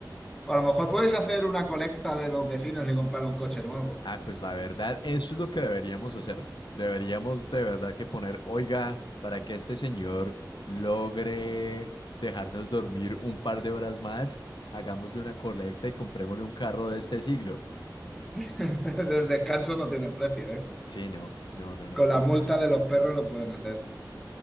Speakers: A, in the centre; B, on the left.
A: O a lo mejor puedes hacer una colecta de los vecinos y comprar un coche nuevo.
B: Ah, pues la verdad, eso es lo que deberíamos hacer. Deberíamos de verdad que poner, oiga, para que este señor logre dejarnos dormir un par de horas más, hagámosle una colecta y comprémosle un carro de este siglo.
A: <laughs> El descanso no tiene precio, ¿eh?
B: Sí, no, no, no, no,
A: Con
B: para
A: la multa
B: nada.
A: de los perros lo pueden hacer.